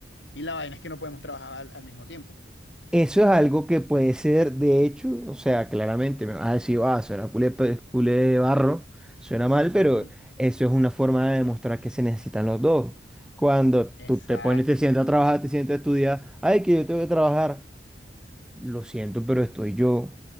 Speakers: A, on the left (about 85°); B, in the centre.
A: Y la vaina es que no podemos trabajar al, al mismo tiempo.
B: Eso es algo que puede ser, de hecho, o sea, claramente me vas a decir, ah, suena culé, pe- culé de barro, suena mal,
A: Ujú,
B: pero eso es una forma de demostrar que se necesitan los dos. Cuando
A: Exacto.
B: tú te pones, te sientas a trabajar, te sientas a estudiar, ay, que yo tengo que trabajar. lo siento, pero estoy yo.